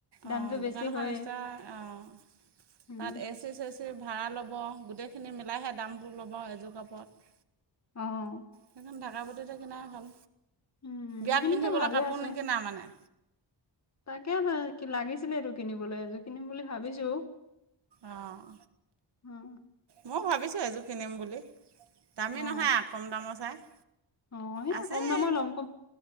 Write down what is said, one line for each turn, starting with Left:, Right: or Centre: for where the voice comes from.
Right: অঁ
Left: দামটো
Right: দোকান
Left: বেছি
Right: এখন
Left: হয়ে।
Right: ষ্টা অঁ
Left: উম
Right: তাত এ চি চেচিৰ ভাড়া ল'ব, গোটেইখিনি মিলাইহে দামটো ল'ব এযোৰ কাপোৰত।
Left: অ'।
Right: সেইকাৰণে থাকা পতিতে কিনাই ভাল,
Left: উম,
Right: বিয়াত
Left: এইখিনিতো
Right: পিন্ধিবলৈ
Left: ভালে
Right: কাপোৰ
Left: আছে।
Right: নিকিনা মানে
Left: তাকে ন কি লাগিছিলে এইটো কিনিবলৈ এযোৰ, কিনিম বুলি ভাবিছোঁ।
Right: অ',
Left: অ',
Right: ময়ো ভাবিছোঁ এযোৰ কিনিম বুলি, দামি
Left: অ',
Right: নহয় আ কম দামৰ চাই।
Left: অ', সেয়া
Right: আছেই
Left: কম দামৰ ল'ম, কম